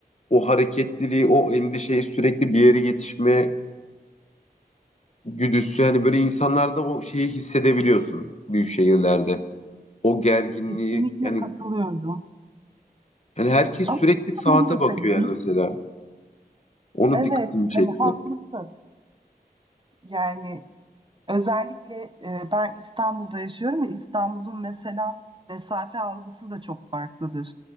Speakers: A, on the left (about 45°); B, on the right (about 30°).
A: o hareketliliği o endişeyi sürekli bir yere yetişme güdüsü hani böyle insanlarda o şeyi hissedebiliyorsun büyük şehirlerde o gerginliği
B: Kesinlikle
A: yani
B: katılıyorum.
A: yani herkes
B: Ama
A: sürekli
B: zaten
A: saate
B: bunu da seviyoruz.
A: bakıyor yani mesela onu
B: Evet,
A: dikkatimi çekti.
B: hani haklısın. Yani Özellikle e, ben İstanbul'da yaşıyorum ve İstanbul'un mesela mesafe algısı da çok farklıdır